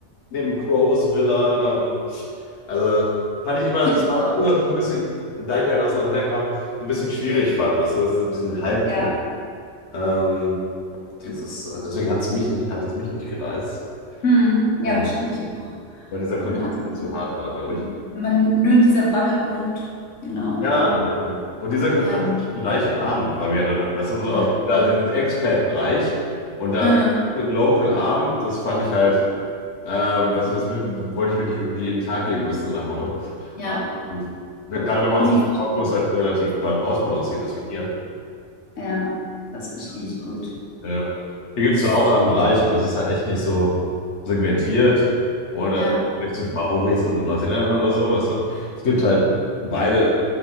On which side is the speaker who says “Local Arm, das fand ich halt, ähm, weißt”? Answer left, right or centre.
Left